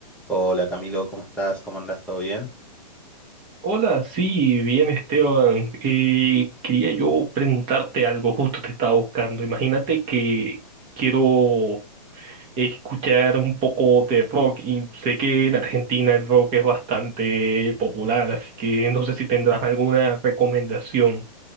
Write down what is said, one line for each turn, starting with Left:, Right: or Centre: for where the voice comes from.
Centre: Hola Camilo, ¿cómo estás? ¿Cómo andás? ¿Todo bien?
Right: Hola, sí, bien Esteban. Eh, quería yo preguntarte algo, justo te estaba buscando. Imagínate que quiero escuchar un poco de rock y sé que en Argentina el rock es bastante popular, así que no sé si tendrás alguna recomendación.